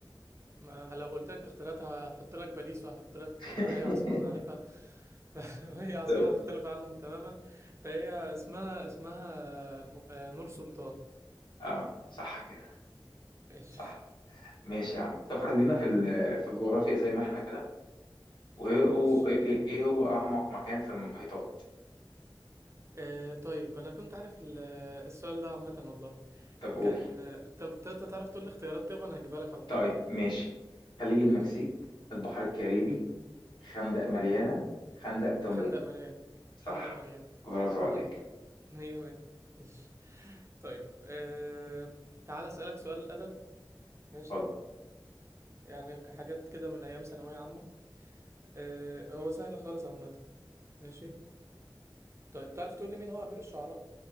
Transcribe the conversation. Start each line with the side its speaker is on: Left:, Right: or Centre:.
Right: ما لو قلت لك اختيارات هحط لك باريس وهحط لك
Left: <laughs>
Right: آه، اي عاصمه انا عارفها فهي <laughs> عاصمه
Left: طب
Right: مختلفه عنهم تماما فهي اسمها اسمها م- آه، نور سلطان
Left: اه صح كده
Right: ماشي
Left: صح ماشي يا عم طب خلينا في ال- في الجغرافيا زي ما احنا كده وايه هو
Right: ماشي
Left: ايه إيه إيه هو اعمق مكان في المحيطات
Right: آه طيب انا كنت عارف ال- السؤال ده عامة والله
Left: طب قول
Right: كان آه، طب ت- تعرف تقول لي اختيارات طيب انا هجيبها لك على طول
Left: طيب ماشي خليج المكسيك
Right: ماشي
Left: البحر الكاريبي
Right: لا،
Left: خندق ماريانا
Right: لا.
Left: خندق تونجا
Right: خندق ماريانا
Left: صح
Right: خندق ماريانا
Left: برافو
Right: <laughs>
Left: عليك
Right: مية مية ماشي طيب آه تعال اسألك سؤال أدب ماشي
Left: اتفضل
Right: يعني حاجات كده من أيام ثانوية عامة آه هو سهل خالص عامة ماشي طيب تعرف تقول لي مين هو أمير الشعراء